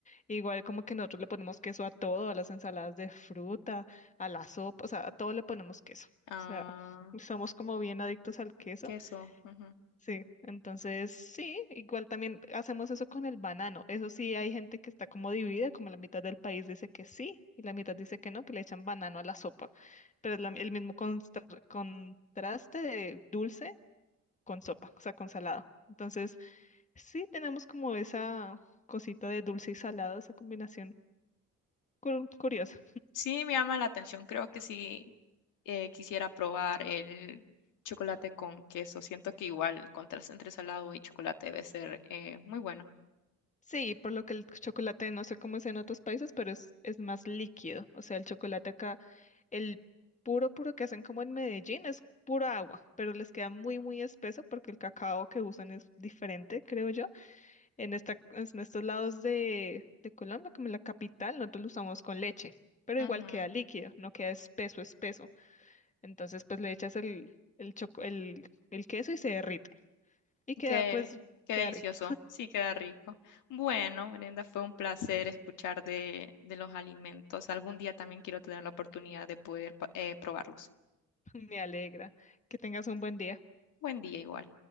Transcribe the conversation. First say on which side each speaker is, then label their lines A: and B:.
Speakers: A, on the left (about 25°); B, on the left (about 85°).
A: Igual como que nosotros le ponemos queso a todo, a las ensaladas de fruta, a la sopa, o sea, a todo le ponemos queso.
B: Ah,
A: O sea, somos como bien adictos al queso.
B: queso. ujú.
A: Sí, entonces sí, igual también hacemos eso con el banano. Eso sí, hay gente que está como dividida, como la mitad del país dice que sí y la mitad dice que no, que le echan banano a la sopa. Pero es la- el mismo constra- contraste de dulce con sopa, o sea, con salado. Entonces sí tenemos como esa cosita de dulce y salado, esa combinación cur- curiosa.
B: Sí, me llama la atención. Creo que sí eh, quisiera probar el chocolate con queso. Siento que igual el contraste entre salado y chocolate debe ser eh, muy bueno.
A: Sí, por lo que el chocolate, no sé cómo es en otros países, pero es, es más líquido. O sea, el chocolate acá, el puro, puro que hacen como en Medellín es pura agua, pero les queda muy, muy espeso porque el cacao que usan es diferente, creo yo. En esta, en estos lados de, de Colombia, como en la capital, nosotros lo usamos con leche, pero
B: Ujú.
A: igual queda líquido, no queda espeso, espeso. Entonces, pues le echas el, el, choco- el, el queso y se derrite. Y queda,
B: Qué,
A: pues,
B: qué delicioso.
A: queda rico.
B: Sí, queda rico. Bueno, Brenda, fue un placer escuchar de, de los alimentos. Algún día también quiero tener la oportunidad de poder pa- eh, probarlos.
A: <laughs> Me alegra. Que tengas un buen día.
B: Buen día igual.